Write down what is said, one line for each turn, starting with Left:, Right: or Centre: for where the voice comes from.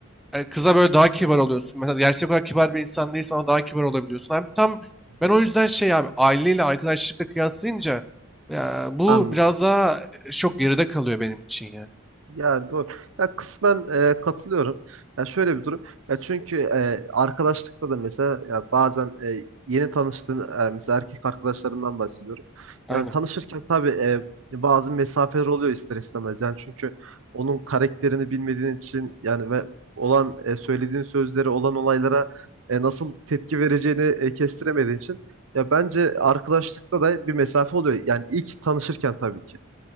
Centre: e, kıza böyle daha kibar oluyorsun. Mesela gerçek olarak kibar bir insan değilsen ama daha kibar olabiliyorsun. Abi tam
Right: Hı hı.
Centre: ben o yüzden şey abi aileyle arkadaşlıkla kıyaslayınca ya, bu
Right: Anladım.
Centre: biraz daha e, çok geride kalıyor benim için ya.
Right: Yani doğru. Ya kısmen e, katılıyorum. Ya şöyle bir durum. Ya çünkü e, arkadaşlıkta da mesela ya bazen e, yeni tanıştığın e, mesela erkek arkadaşlarından bahsediyorum.
Centre: Aynen.
Right: Yani tanışırken tabii e, bazı mesafeler oluyor ister istemez. Yani çünkü onun karakterini bilmediğin için yani ve olan e, söylediğin sözleri olan olaylara e, nasıl tepki vereceğini e, kestiremediğin için ya bence arkadaşlıkta da bir mesafe oluyor. Yani ilk tanışırken tabii ki.